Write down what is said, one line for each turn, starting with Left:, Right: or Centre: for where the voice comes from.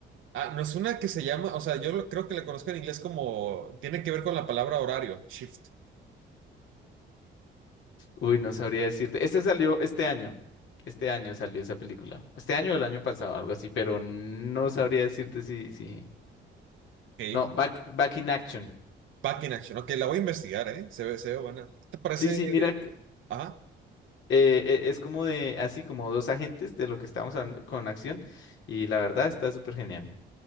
Right: Ah, no es una que se llama, o sea, yo lo- creo que la conozco en inglés como, tiene que ver con la palabra horario, shift.
Left: Uy, no sabría decirte. Este salió este año. Este año salió esa película. Este año o el año pasado, algo así, pero no sabría decirte si, si.
Right: Ok,
Left: No, Back, Back in Action.
Right: back in action. Ok, la voy a investigar, ¿eh? Se ve, se ve buena. ¿Qué te parece?
Left: Sí, sí, mira, que,
Right: Ajá.
Left: eh, e- es como de, así como dos agentes de lo que estamos hablando con Acción y la verdad está súper genial.